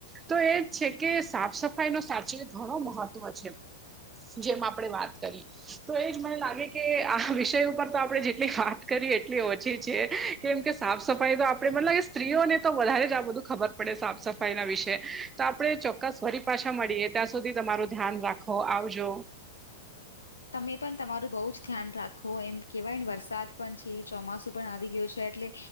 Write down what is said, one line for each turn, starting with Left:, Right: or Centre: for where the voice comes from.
Right: તો એજ છે કે સાફ સફાઈ નો સાચું ઘણો મહત્વ છે. જેમાં આપણે વાત કરી તો એજ મને લાગે કે આ વિષય ઉપર તો આપડણે જેટલી વાત કરીએ એટલી ઓછી છે. કેમ કે સાફ સફાઈ તો આપણેે મતલબ કે સ્ત્રીઓને તો વધારે જ આ બધું ખબર પડે સાફ સફાઈ ના વિશે. તો આપડણે ચોક્કસ ફરી પાછા મળીએ ત્યાં સુધી તમારું ધ્યાન રાખો આવજો.
Left: તમે પણ તમારું બહુ જ ધ્યાન રાખો એમ કેવાય વરસાદ પણ છે એ ચોમાસું પણ આવી ગયું છે એટલે.